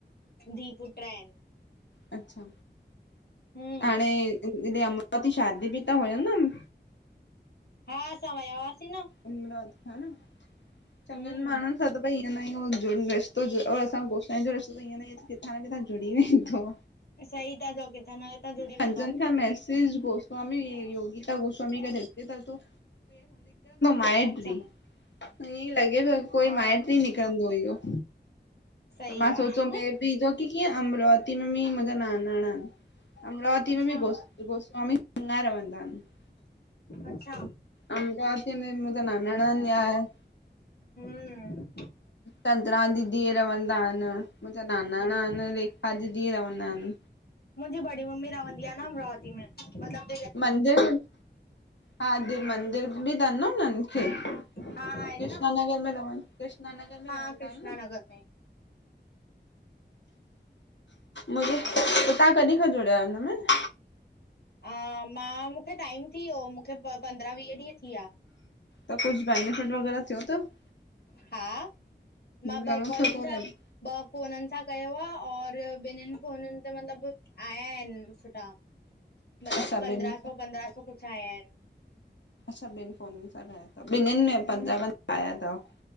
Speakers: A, on the left (about 60°); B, on the left (about 80°).
A: धीअ पुट्र आइनि।
B: अच्छा,
A: हम्म
B: हाणे हिॾे अमरावती शादी बि त हुयन न,
A: हा, असां वया हा सीं न।
B: इनमल हा न, चङनि
A: हम्म
B: माण्हुनि असां त भई ईंद न आहियूं जो रस्तो जो और असां गोसा जो रस्तो त ई <unintelligible> किथां न किथां जुड़ी वईंदो।
A: सही ता चो कीथां न किथां जुड़ी
B: पंजन
A: वेंदो आहे
B: खां मैस ॾिस गोस्वामी योगिता गोस्वामी करे अचे त तो। माइटी
A: अच्छा
B: ईअं लॻे तो कोई
A: हा
B: माइट ई निकिरंदो इहो।
A: सही
B: पर मां सोचियो
A: आहे
B: हे बि जो की किअंं अमरावती में भी मुहिंजा नानाणा अमरावती
A: अच्छा
B: में भी गोस्वामी सङार भंडार। <unintelligible>
A: अच्छा!
B: अमरावती में मुंजा नानाणा न्याय,
A: हूंअं,
B: चंदरा दीदी रवंदा इन मुंजा नानाणा
A: हम्म
B: इन वे अॼु ॾीअ रवंदा इन।
A: मुंजी बड़ी मम्मी रवंदी आ न अमराती में, मतिलब
B: मंदिर हा दिव मंदिर बि दन उननि खे? कृष्णानगर
A: हा आहिनि न
B: में रवनि कृष्णानगर में
A: हा
B: रवंदा
A: कृष्णा
B: इन न?
A: नगर में
B: मुंजो त तहां कॾी खां जुड़िया आहियो हिनमें?
A: हा मां मुखे टाइम थीयो मुखे पंद्रां वीह ॾींहं थी विया।
B: त कुझु बनिफिट वग़ैरह थियो तव?
A: हा, मां
B: घणो
A: ॿ कॉलुनि
B: थियो थो
A: सां
B: लॻे
A: ॿ फ़ोननि सां कयो आ, और ॿिनिनि फ़ोननि ते मतिलब, आया आहिनि सुठा। मतिलबु
B: असां
A: पंद्रहां
B: ॿिनि
A: सौ पंद्रहां सौ कुछु आया आहिनि।
B: ॿिनिनि में पंद्रहां पंद्रहां
A: हम्म
B: सौ आया तव।